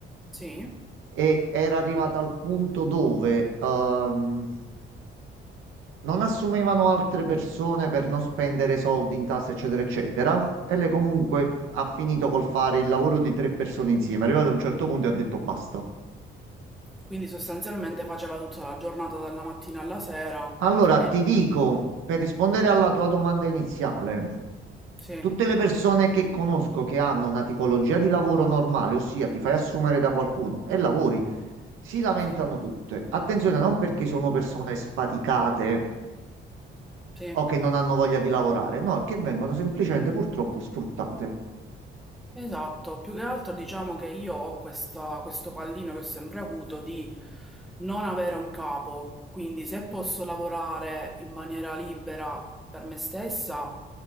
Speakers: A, in the centre; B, on the right.
A: sì,
B: e era arrivata al punto dove ehm, non assumevano altre persone per non spendere soldi in tasse, eccetera, eccetera. E lei comunque ha finito col fare il lavoro di tre persone insieme. È arrivato a un certo punto e ha detto basta.
A: quindi sostanzialmente faceva tutta la giornata dalla mattina alla sera
B: Allora,
A: e
B: ti dico, per rispondere alla tua domanda iniziale,
A: sì,
B: tutte le persone che conosco che hanno una tipologia di lavoro normale, ossia ti fai assumere da qualcuno e lavori, si lamentano
A: sì,
B: tutte. Attenzione, non perché sono persone sfaticate
A: sì.
B: o che non hanno voglia di lavorare, no, è che vengono semplicemente purtroppo sfruttate.
A: Esatto, più che altro diciamo che io ho questa- questo pallino che ho sempre avuto di non avere un capo, quindi se posso lavorare in maniera libera per me stessa